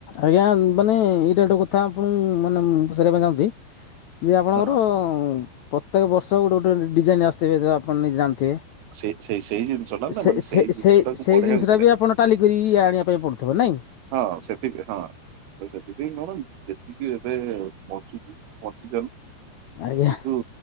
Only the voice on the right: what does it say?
ହଁ।
ସେ ସେଇ ସେଇ ଜିନିଷ ଟା ନା
ମାନେ
ଜିନିଷ
ଟାକୁ
ବଢେଇବାକୁ
ପଡେ
ହଁ ସେ ଥିବେ ହଁ ତ ସେ ଏବେ ନ ହଉ ଯେତିକି ଏବେ ବଞ୍ଚୁଚି ବଞ୍ଚି ଯାଉ। କିନ୍ତୁ